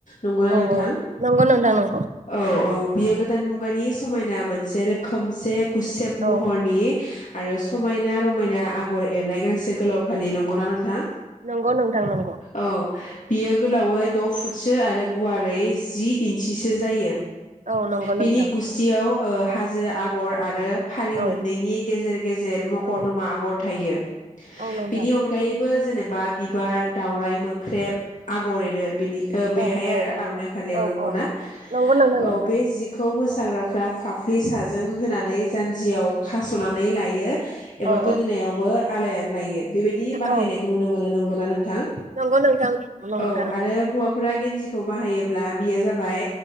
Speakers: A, on the left; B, on the right.
A: नंगौना
B: औ
A: नोंथां
B: औ नंगौ नोंथां नंगौ
A: औ औ बे गोदान मुगानि समायना मोनसे रोखोमसे गुसेब
B: औ
A: महरनि आरो समायना रमायना आगर एरनाय गांसे गोलाव फालि नंगौना नोंथां
B: नंगौ नोंथां नंगौ
A: औ बियो गोलावै द' फुटसो आरो गुवारै जि इन्सिसो जायो
B: औ नंगौ नोंथां
A: बिनि गुस्थियाव ओ हाजो आगर आरो ओ फारि
B: औ
A: मोननैनि गेजेर गेजेर मकरदमा
B: औ
A: आगर थायो
B: औ नोंथां
A: बिनि अनगायैबो जेनेबा बि बिबार दावराइ मोख्रेब आगर एरो बिनि ओ बेहाय
B: औ
A: आरो
B: औ
A: आर'नाइ फालियाव
B: औ
A: नंगौना
B: औ नंगौ नोंथां
A: औ
B: नंगौ
A: बे जिखौ मो हाग्राफ्रा फाफ्लि साजों होनानै जानजियाव खास'नानै लायो एबा
B: औ
A: गोदोनायावबो
B: औ
A: आलायनानै लायो बेबायदि बाहायनायखौ
B: औ
A: नुनो मोनो नोंगौ नोंथां
B: नंगौ नोंथां नंथारगौ
A: औ आरो हौवाफोरा गेन्जिखौ बाहायोब्ला बियो जाबाय